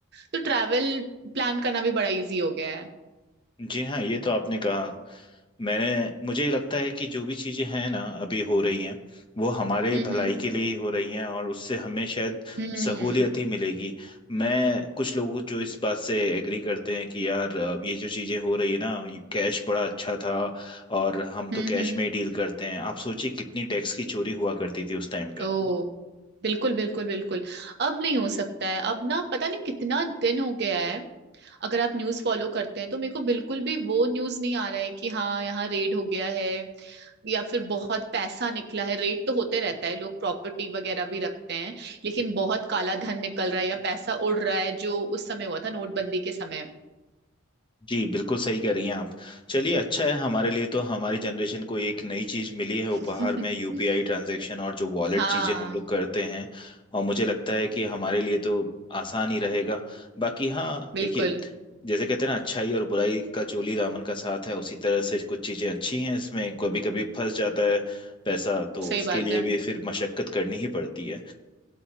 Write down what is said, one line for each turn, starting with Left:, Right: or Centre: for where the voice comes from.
Right: तो ट्रैवल प्लान करना भी बड़ा इजी हो गया है
Left: जी हाँ ये तो आपने कहा मैंने मुझे लगता है कि जो भी चीजें हैं ना अभी हो रही हैं वो हमारे
Right: हम्म
Left: भलाई के लिए ही हो रही हैं और उससे हमें शायद
Right: हम्म
Left: सहूलियत ही मिलेगी मैं कुछ लोगों जो इस बात से एग्री करते हैं कि यार अब ये जो चीजें हो रही है ना कैश बड़ा अच्छा था और हम
Right: हम्म
Left: तो कैश
Right: हम्म
Left: में ही डील करते हैं आप सोचिए कितनी टैक्स की चोरी हुआ करती थी उस टाइम पे
Right: ओ बिल्कुल बिल्कुल बिल्कुल अब नहीं हो सकता है अब ना पता नहीं कितना दिन हो गया है अगर आप न्यूज़ फॉलो करते हैं तो मेरे को बिल्कुल भी वो न्यूज़ नहीं आ रहा है कि हाँ यहाँ रेड हो गया है या फिर बहुत पैसा निकला है रेड तो होते रहता है लोग प्रॉपर्टी वगैरह भी रखते हैं लेकिन बहुत काला धन निकल रहा है या पैसा उड़ रहा है जो उस समय हुआ था नोटबंदी के समय
Left: जी बिल्कुल सही कह रही हैं आप चलिए अच्छा है हमारे लिए तो हमारी जनरेशन को एक नई चीज़ मिली है
Right: <laughs>
Left: उपहार में यूपीआई ट्रांजैक्शन और जो वॉलेट
Right: हाँ
Left: चीज़ें हम लोग करते हैं और मुझे लगता है कि हमारे लिए तो आसान ही रहेगा बाकी हाँ
Right: बिल्कुल
Left: देखिए जैसे कहते हैं ना अच्छाई और बुराई का चोली दामन का साथ है उसी तरह से कुछ चीज़ें अच्छी हैं इसमें कभी कभी फंस जाता है पैसा तो
Right: सही
Left: उसके
Right: बात
Left: लिए
Right: है
Left: भी फिर मशक्कत करनी ही पड़ती है